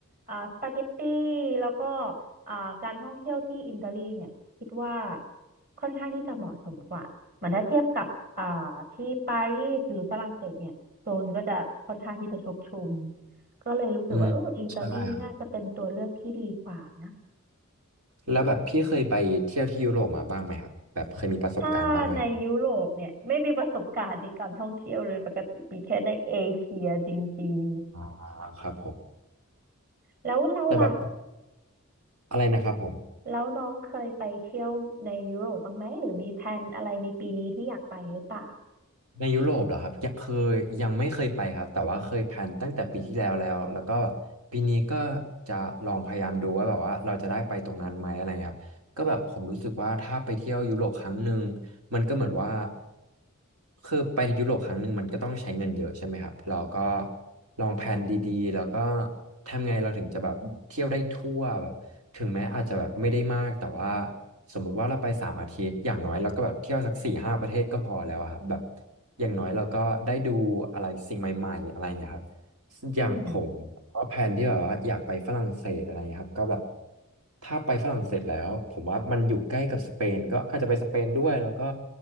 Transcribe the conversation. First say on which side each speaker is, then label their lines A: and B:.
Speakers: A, on the right (about 40°); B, on the right (about 80°).
A: อ่าสปาเกตตี้แล้วก็อ่าการท่องเที่ยวที่อิตาลีเนี่ยคิดว่าค่อนข้างที่จะเหมาะสมกว่าเหมือนถ้าเทียบกับอ่าที่ปารีสหรือฝรั่งเศสเนี่ยโซนก็จะค่อนข้างที่จะชกชุมก็เลยรู้สึกว่าเอออิตาลีน่าจะเป็นตัวเลือกที่ดีกว่านะ
B: อืมใช่ครับแล้วแบบพี่เคยไปเที่ยวที่ยุโรปมาบ้างไหมครับแบบเคยมีประสบการณ์บ้างไหมครับ
A: ถ้าในยุโรปเนี่ยไม่มีประสบการณ์ในการท่องเที่ยวเลยปกติมีแค่ในเอเชียจริง
B: อ่าครับผม
A: ๆแล้วเราล่ะ
B: แต่แบบอะไรนะครับผม
A: แล้วน้องเคยไปเที่ยวในยุโรปบ้างไหมหรือมีแพลนอะไรในปีนี้ที่อยากไปหรือเปล่า
B: ในยุโรปเหรอครับยังเคยยังไม่เคยไปครับแต่ว่าเคยแพลนตั้งแต่ปีที่แล้วแล้วแล้วก็ปีนี้ก็จะลองพยายามดูว่าแบบว่าเราจะได้ไปตรงนั้นไหมอะไรเงี้ยครับก็แบบผมรู้สึกว่าถ้าไปเที่ยวยุโรปครั้งหนึ่งมันก็เหมือนว่าคือไปยุโรปครั้งหนึ่งมันก็ต้องใช้เงินเยอะใช่ไหมครับเราก็ลองแพลนดีๆแล้วก็ทำไงเราถึงจะแบบเที่ยวได้ทั่วแบบถึงแม้อาจจะแบบไม่ได้มากแต่ว่า สมมุติว่าเราไปสามอาทิตย์อย่างน้อยเราก็แบบเที่ยวสักสี่ห้าประเทศก็พอแล้วอะครับแบบอย่างน้อยเราก็ได้ดูอะไรสิ่งใหม่ๆอะไรเงี้ยครับอย่างผมก็แพลนที่แบบว่าอยากไปฝรั่งเศสอะไรเงี้ยครับก็แบบ
A: อืม
B: ถ้าไปฝรั่งเศสแล้วผมว่ามันอยู่ใกล้กับสเปนก็อาจจะไปสเปนด้วยแล้วก็